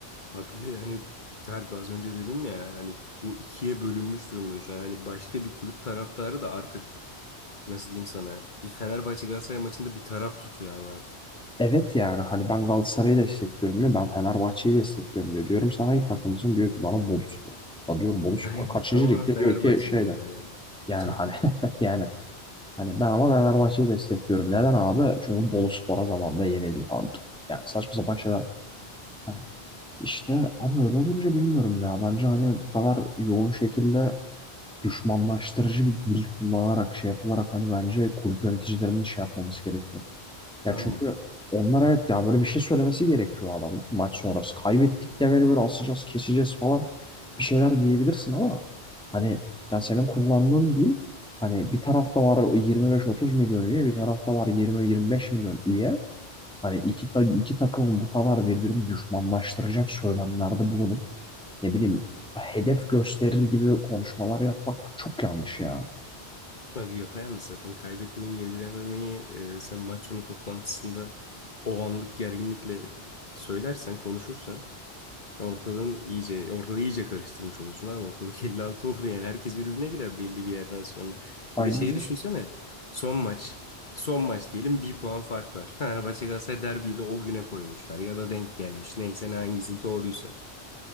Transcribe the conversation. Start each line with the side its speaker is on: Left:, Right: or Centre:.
Left: Abi bir de hani Harbi az önce dedim ya hani bu ikiye bölünmüş durumda şu an. Hani başka bir kulüp taraftarı da artık nasıl diyeyim sana bir Fenerbahçe Galatasaray maçında bir taraf tutuyor abi artık.
Centre: Evet yani hani ben Galatasaray'ı destekliyorum diyor. Ben Fenerbahçe'yi destekliyorum diyor. Diyorum sen hangi takımısın? Diyor ki bana Boluspor. Ya diyorum
Left: <laughs>
Centre: Boluspor
Left: Aynen.
Centre: kaçıncı
Left: Ama
Centre: ligde?
Left: ben Fenerbahçeliyim
Centre: Diyor ki şeyde.
Left: böyle.
Centre: Yani
Left: <laughs>
Centre: hani <laughs> yani hani ben ama Fenerbahçe'yi destekliyorum. Neden abi? Çünkü Boluspor'a zamanında yenildi falan. Yani saçma sapan şeyler. Hani işte ama öyle olunca bilmiyorum ya. Bence hani bu kadar yoğun şekilde düşmanlaştırıcı bir dil kullanarak şey yapılarak hani bence kulüp yöneticilerinin şey yapmaması gerekiyor. Ya
Left: Abi,
Centre: çünkü onlar evet ya böyle bir şey söylemesi gerekiyor adam maç sonrası. Kaybettik demeli böyle asacağız, keseceğiz falan bir şeyler diyebilirsin ama hani ya senin kullandığın dil hani bir tarafta var 25-30 milyon üye, bir tarafta var 20-25 milyon üye. Hani iki, ta iki takımın bu kadar birbirini düşmanlaştıracak söylemlerde bulunup ne bileyim hedef gösterir gibi konuşmalar yapmak çok yanlış ya.
Left: abi yapayalnız zaten kaybetmeyi yedirememeyi e, sen maç sonu toplantısında o anlık gerginlikle söylersen konuşursan Ortalığın iyice, ortalığı iyice karıştırmış olursun abi. Ortalık <laughs> 56 olur yani. Herkes birbirine girer belli bir yerden sonra.
Centre: Aynen
Left: Bir de şeyi
Centre: öyle.
Left: düşünsene. Son maç. Son maç diyelim bir puan fark var. Fenerbahçe Galatasaray derbiyi de o güne koymuşlar. Ya da denk gelmiş. Neyse ne hangisi doğruysa.